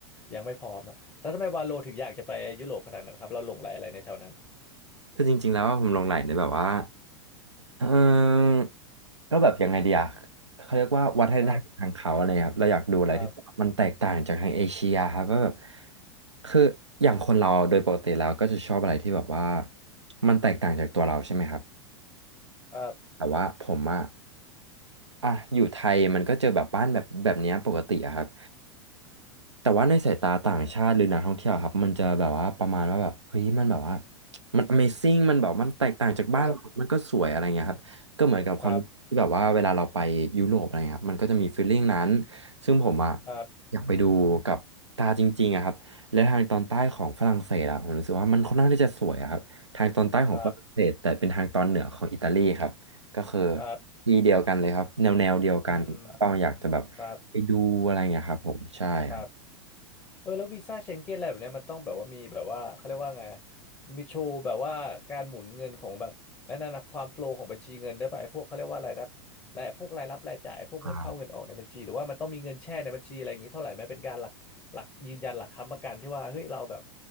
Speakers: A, on the left; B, on the right.
A: ยังไม่พร้อมอะแล้วทำไมวาโลถึงอยากจะไปยุโรปขนาดนั้นครับเราหลงใหลอะไรในแถวนั้น
B: คือจริงๆแล้วผมหลงใหลในแบบว่า เออก็แบบยังไงดีอะเขาเรียกว่าวัฒนธรรมทางเขาอะไรครับเราอยากดูอะไรที่มันแตกต่างจากทางเอเชียครับว่าแบบ
A: ครับครับ
B: คืออย่างคนเราโดยปกติแล้วก็จะชอบอะไรที่แบบว่ามันแตกต่างจากตัวเราใช่ไหมครับ
A: ครับ
B: แต่ว่าผมอะอ่ะอยู่ไทยมันก็เจอแบบบ้านแบบแบบเนี้ยปกติอะครับ แต่ว่าในสายตาต่างชาติหรือนักท่องเที่ยวครับมันจะแบบว่าประมาณว่าแบบเฮ้ยมันแบบว่ามัน Amazing มันแบบมันแตกต่างจากบ้านเรามันก็สวยอะไรเงี้ยครับก็เหมือนกับความรู้สึกที่แบบว่าเวลาเราไปยุโรปอะไรเงี้ยครับมันก็จะมีฟีลลิ่งนั้น
A: ครับครับ
B: ซึ่งผมอะ
A: ครับ
B: อยากไปดูกับตาจริงๆอะครับและทางตอนใต้ของฝรั่งเศสอะผมรู้สึกว่ามันค่อนข้างที่จะสวยอะครับทางตอนใต้ของฝรั่งเศสแต่เป็นทางตอนเหนือของอิตาลีครับก็คือ
A: ครับครับ
B: ที่เดียวกันเลยครับแนวแนวเดียวกันก็อยากจะแบบไปดูอะไรเงี้ยครับผมใช่ครับ
A: อืมครับครับเออแล้ววีซ่าเชงเก้นอะไรแบบเนี้ยมันต้องแบบว่ามีแบบว่าเขาเรียกว่าไงอะมีโชว์แบบว่าการหมุนเงินของแบบไอ้นั่นนะความโฟลว์ของบัญชีเงินได้วยป่ะไอ้พวกเขาเรียกว่าอะไรนะรายพวกรายรับรายจ่ายพวกเงินเข้าเงินออกในบัญชีหรือว่ามันต้องมีเงินแช่ในบัญชีอะไรอย่างนี้เท่าไหร่ไหมเป็นการหลักหลักยืนยันหลักค้ำประกันที่ว่าเฮ้ยเราแบบ
B: อ่า